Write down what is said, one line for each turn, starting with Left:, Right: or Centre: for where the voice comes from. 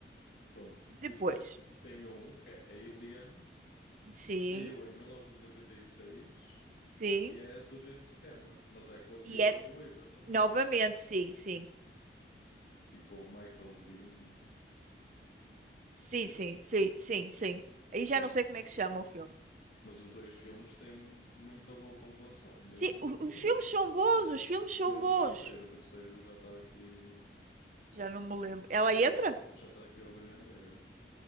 Left: Pronto.
Right: Depois.
Left: E depois tem um que é Aliens.
Right: Sim,
Left: Saiu em 1986
Right: sim.
Left: e oitenta e seis e é do James Cameron, mas é com a Sigourney
Right: E é
Left: Weaver também.
Right: novamente, sim, sim.
Left: E com o Michael Bean, não sei quem.
Right: Sim,
Left: é. E
Right: sim, sim, sim, sim. Aí
Left: pronto.
Right: já não sei como é que se chama o filme.
Left: Mas os dois filmes têm muita boa pontuação, mesmo
Right: Sim,
Left: muito
Right: o- os
Left: boa.
Right: filmes são bons, os filmes são
Left: Menos
Right: bons.
Left: o terceiro. O terceiro já está aqui.
Right: Já não me lembro. Ela entra?
Left: Já, já está aqui a Ovelha Negra.